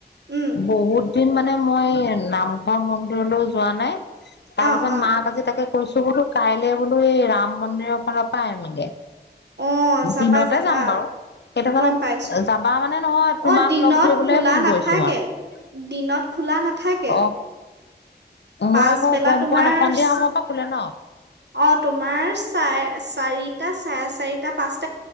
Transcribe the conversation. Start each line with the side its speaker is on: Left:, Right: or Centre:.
Right: উম
Left: বহুত দিন মানে মই নামঘৰ মন্দিৰলৈ যোৱা নাই তাৰপিছত
Right: অ অ
Left: মাক আজি তাকে কৈছো বোলো কাইলে বোলো এই ৰাম মন্দিৰৰ ফালৰ পৰা আহিমগে
Right: অ যাবা
Left: দিনতে
Right: যাবা
Left: যাম বাৰু সেইটো কাৰণে
Right: গম পাইছো
Left: যাবা মানে নহয় তোমাক
Right: অ দিনত
Left: লগ ধৰিবলে
Right: খোলা
Left: হে ফোন
Right: নাথাকে
Left: কৰিছো মই
Right: দিনত খোলা নাথাকে
Left: অ মই
Right: পাচবেলা
Left: আকৌ গম
Right: তোমাৰ
Left: পোৱা নাই সন্ধিয়া সময়ৰ পৰা খোলে ন
Right: অ তোমাৰ চাৰে চাৰিটা চাৰে চাৰিটা পাঁচ